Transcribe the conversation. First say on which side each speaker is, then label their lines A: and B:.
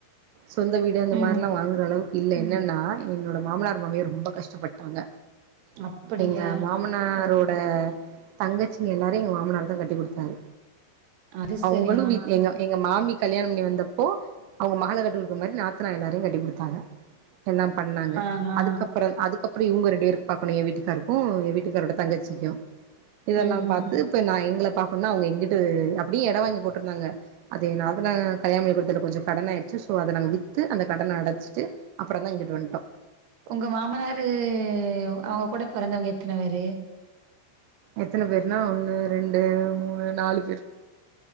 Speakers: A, on the right; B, on the right.
A: சொந்த வீடு அந்த
B: ம்
A: மாரிலா வாங்குற அளவுக்கு இல்ல என்னென்னா என்னோடய மாமனார் மாமியார் ரொம்ப கஷ்டப்பட்டாங்க
B: அப்படியா
A: எங்க மாமனாரோட அ தங்கச்சிங்கயெல்லாரோம் எங்க மாமனாருதா கட்டி குடுத்தாரு
B: அது
A: அவங்களோ
B: சரி ஆ
A: எங்க எங்க மாமி கல்யாணம் பண்ணி வந்த போ ந மகள கட்டி குடுக்குற மாரி நாத்தனார் எல்லாரையோ கட்டிப்குடுத்தாங்க எல்லா பண்ணாங்க
B: ஆ ஆ
A: அதுக்கப்பறம் அதுக்கப் அப்டியே ரெண்டு பேருக்கு பாக்கணோம் என் வீட்டுக்காருக்கோ என் வீட்டுக்காரோட தங்கச்சிக்கோ இதெல்லாம்
B: ம் ம்
A: பாத்து இப்ப நா எங்கள பாக்கணோம்னா அவங்க எங்குட்டு அப்டியே எடோ வாங்கி போட்டிருந்தாங்க அது எங்க நாத்தனார் கல்யாணநேரத்துல கொஞ்சோ கடன் ஆயிடுச்சு சோ அத நாங்க வித்து அந்த கடன அடச்சுட்டு அப்பறோதா இங்குட்டு வந்துட்டோம்
B: உங்க மாமனாரு அவங்க கூட பெறந்தவங்க எத்தன பேரு
A: எத்தன பேருனா ஒண்ணு ரெண்டு மூணு நாலு பேர்